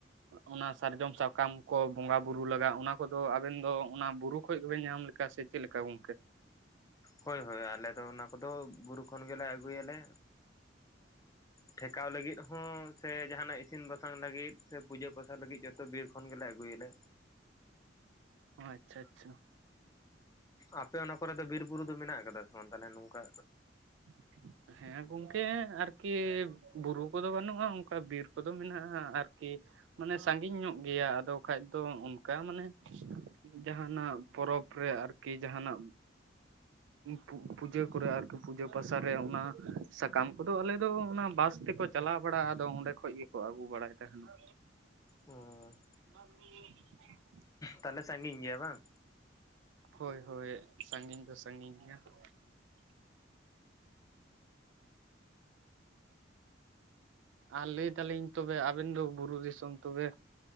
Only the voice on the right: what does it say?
ᱚᱱᱟ ᱥᱟᱨᱡᱚᱢ ᱥᱟᱠᱟᱢ ᱠᱚ ᱵᱚᱸᱜᱟ ᱵᱩᱨᱩ ᱞᱟᱜᱟᱜ ᱚᱱᱟ ᱠᱚᱫᱚ ᱟᱵᱮᱱ ᱫᱚ ᱚᱱᱟ ᱵᱩᱨᱩ ᱠᱷᱚᱡ ᱜᱮᱵᱮᱱ ᱧᱟᱢ ᱞᱮ ᱠᱟ ᱥᱮ ᱪᱮᱫ ᱞᱮᱠᱟ ᱜᱚᱢᱠᱮ?
ᱚ ᱟᱪᱪᱷᱟ ᱟᱪᱪᱷᱟ᱾
<unintelligible> ᱦᱮᱸ ᱜᱚᱢᱠᱮ ᱟᱨᱠᱤ ᱵᱩᱨᱩ ᱠᱚᱫᱚ ᱵᱟᱱᱩᱜᱼᱟ ᱚᱝᱠᱟ ᱵᱤᱨ ᱠᱚᱫᱚ ᱢᱮᱱᱟᱜᱼᱟ ᱟᱨᱠᱤ ᱼᱼ ᱢᱟᱱᱮ ᱥᱟᱺᱜᱤᱧ ᱧᱚᱜ ᱜᱮᱭᱟ ᱟᱫᱚ ᱠᱷᱟᱱᱡ ᱫᱚ ᱚᱱᱠᱟ ᱢᱟᱱᱮ, ᱡᱟᱦᱟᱱᱟᱜ ᱯᱚᱨᱚᱵᱽᱼᱼ ᱨᱮ ᱟᱨᱠᱤ ᱡᱟᱦᱟᱱᱟᱜᱼᱼ ᱯᱩ ᱯᱩᱡᱟᱹ ᱠᱚᱨᱮ ᱟᱨᱠᱤ ᱯᱩᱡᱟᱹ ᱯᱟᱥᱟ ᱨᱮ ᱚᱱᱟ ᱥᱟᱠᱟᱢ ᱠᱚᱫᱚ ᱟᱞᱮ ᱫᱚ ᱚᱱᱟ ᱵᱟᱥ ᱛᱮᱠᱚᱼᱼ ᱪᱟᱞᱟᱣ ᱵᱟᱲᱟᱜᱼᱟ ᱟᱫᱚ ᱚᱸᱰᱮ ᱠᱷᱚᱡ ᱜᱮᱠᱚ ᱟᱹᱜᱩ ᱵᱟᱲᱟᱭ ᱛᱟᱦᱮᱱᱚᱜ᱾
<unintelligible>
ᱦᱳᱭ ᱦᱳᱭ ᱥᱟᱺᱜᱤᱧ ᱫᱚ ᱥᱟᱺᱜᱤᱧ ᱜᱮᱭᱟ ᱾ ᱟᱨ ᱞᱮᱭ ᱫᱟᱞᱤᱧ ᱛᱚᱵᱮ ᱟᱵᱮᱱ ᱫᱚ ᱵᱩᱨᱩ ᱫᱤᱥᱚᱢ ᱛᱚᱵᱮᱼᱼ